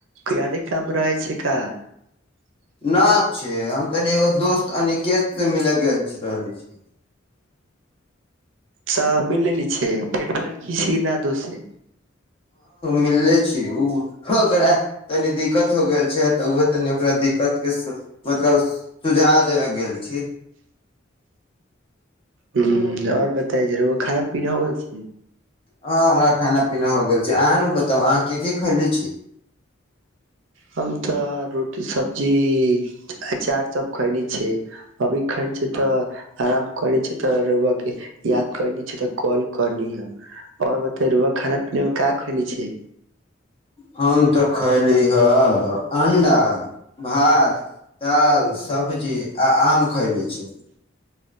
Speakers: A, on the right; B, on the left.
A: यादे काम रहे छै का
B: न छी हम तनि एगो दोस्त अनिकेत से मिल गेल रहले छी
A: सब मिल लेली छै भेट भइल की ना दोस से
B: मिल्लै छै ओ ओकरा तनी दिक्कत हो गेल छै तऽ तनि ओकरा दिक्कत के मतलब सुझाव देबे गेल छी
A: ह ओर बताए ज र‌उआ खाना पीना हो गेल छै
B: ह <inaudible> हँ हमरा खाना पीना हो गेल छै अहाँ नहि बताउ अहाँ के के खैले छी
A: हम त रोटी सब्जी अचार सब खैनी छै अभी खैनी छै तऽ आराम करनी छै त र‌उआ के याद करनी छै त कॉल करली ह और बताइ र‌उआ खाना पीना मे का खैनी छै
B: हँ तऽ खैली ह अंडा भात दाल सब्जी आ आम खयले छी